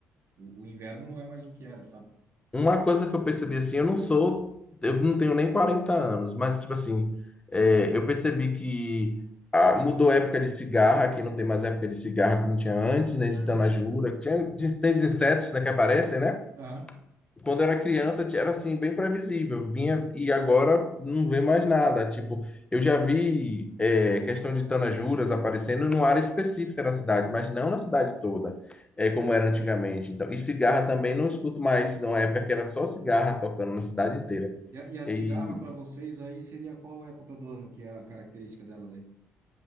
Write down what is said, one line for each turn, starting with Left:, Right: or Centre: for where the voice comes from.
Right: o, o inverno não é mais o que era, sabe?
Left: uma coisa que eu percebi assim, eu não sou, eu não tenho nem 40 anos, mas tipo assim, é, eu percebi que ah, mudou a época de cigarra, que não tem mais época de cigarra como tinha antes, né,
Right: Ah,
Left: de tanajura,
Right: verdade.
Left: que tinha, de- tem os insetos, né, que aparecem, né?
Right: Aham.
Left: quando era criança era assim bem previsível vinha e agora não vê mais nada tipo eu já vi é, questão de tanajuras aparecendo numa área específica da cidade mas não na cidade toda é como era antigamente então e cigarra também não escuto mais numa época que era só cigarra tocando na cidade inteira
Right: E a, e a
Left: e
Right: cigarra para vocês aí seria qual época do ano que é a característica dela daí?